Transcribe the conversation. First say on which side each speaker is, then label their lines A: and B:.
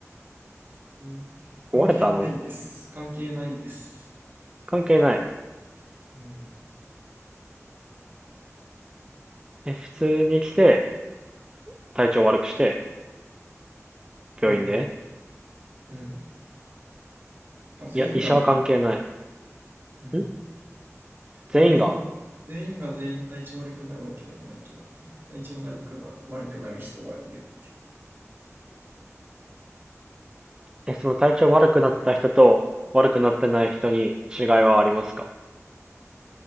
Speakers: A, on the right; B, on the right.
A: ん。関係ないです。
B: 壊れたの
A: 関係ないです。
B: 関係ない。
A: うん。
B: え、普通に来て、体調悪くして、病院で
A: うん。うん。まあ、全員がね、
B: いや、医者は関係ない。
A: うん。
B: ん全員が
A: 全員、全員が全員体調悪くなるわけでもないけどね。体調悪くは悪くなる人がいるってい
B: え、その体調悪くなった人と悪くなってない人に違いはありますか